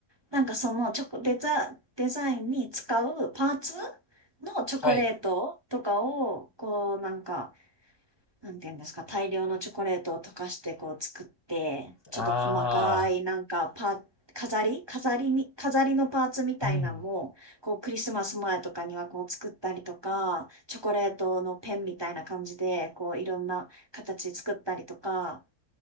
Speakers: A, on the right; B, on the left.
A: なんかそのチョコ、デザ、デザインに使うパーツのチョコレートとかを、
B: はい。
A: こうなんか、なんていうんですか、大量のチョコレートを溶かしてこう作って、ちょっと細かいなんかパ、
B: ああ。
A: 飾り飾りに、飾りのパーツみたいなのも、
B: うん。
A: こうクリスマス前とかにはこう作ったりとか、チョコレートのペンみたいな感じで、こういろんな形作ったりとか、